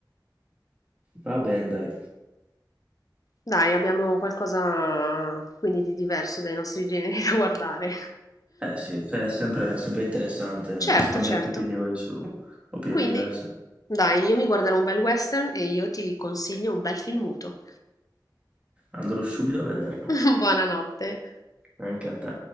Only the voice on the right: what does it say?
Va bene, dai.
Eh sì, cioè, è sempre, sempre interessante
scambiarsi
opinioni su opinioni
diverse.
Andrò subito a vederlo,
anche a te.